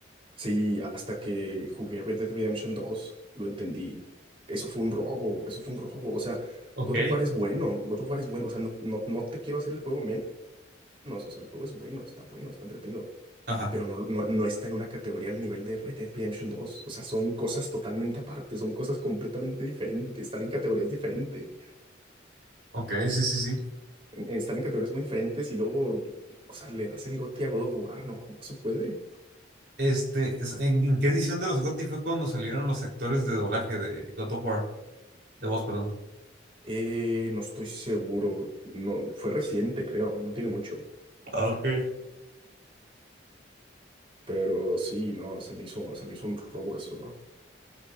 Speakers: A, on the right (about 30°); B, on the right (about 60°).
A: Sí, hasta que jugué Red Dead Redemption dos, lo entendí. Eso fue un robo, eso fue un robo. O sea,
B: Ok.
A: God of War es bueno, God of War es bueno. O sea, no, no, no te quiero hacer el juego menos. O sea, el juego es bueno, está bueno, está entretenido.
B: Ajá.
A: Pero no, no, no está en una categoría al nivel de Red Dead Redemption dos. O sea, son cosas totalmente aparte, son cosas completamente diferentes. Estar en categorías diferentes,
B: Ok, sí, sí, sí.
A: estar en categorías muy diferentes y luego, o sea, le das el goti a God of War, no, no se puede.
B: Este, es- ¿en, en qué edición de los GOTY fue cuando salieron los actores de doblaje de God of War? De voz, perdón.
A: Eh, no estoy seguro. No, fue reciente, creo. No tiene mucho.
B: Ah, ok.
A: Pero sí, no, se me hizo, se me hizo un robo eso, ¿no?